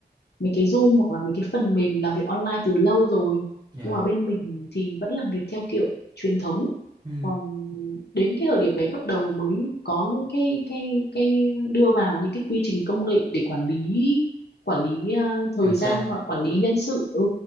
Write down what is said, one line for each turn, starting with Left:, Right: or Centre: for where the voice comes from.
Left: mấy cái Zoom hoặc là mấy cái phần mềm làm việc online từ lâu rồi
Right: dạ
Left: nhưng mà bên mình thì vẫn làm việc theo kiểu truyền thống
Right: ừ
Left: còn đến cái thời điểm đấy bắt đầu mới có những cái cái cái đưa vào những cái quy trình công nghệ để quản lý quản lý à, thời
Right: từ xa
Left: gian hoặc quản lý nhân sự ừ,